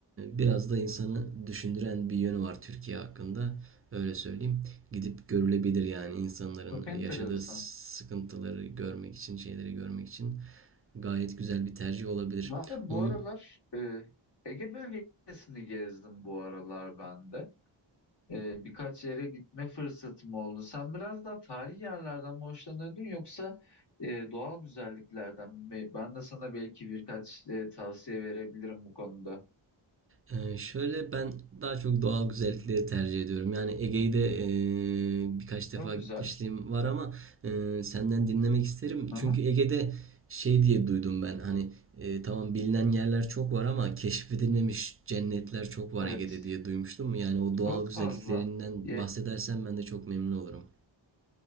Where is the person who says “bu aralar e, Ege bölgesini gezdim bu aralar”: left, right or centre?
Left